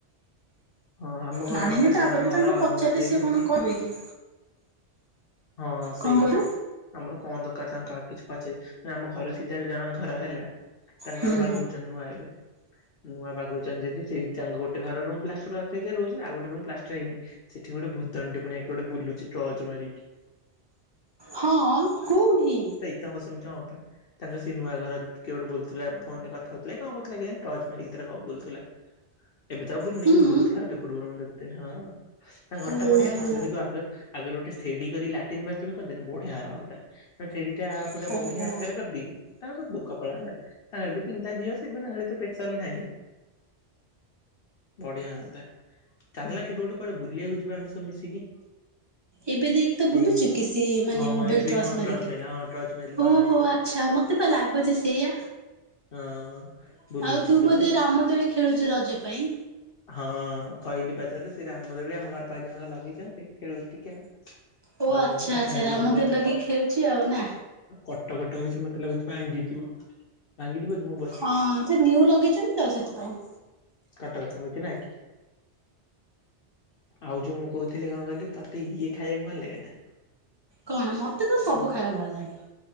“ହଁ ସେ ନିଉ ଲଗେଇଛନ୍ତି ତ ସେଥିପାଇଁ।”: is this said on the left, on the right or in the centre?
Right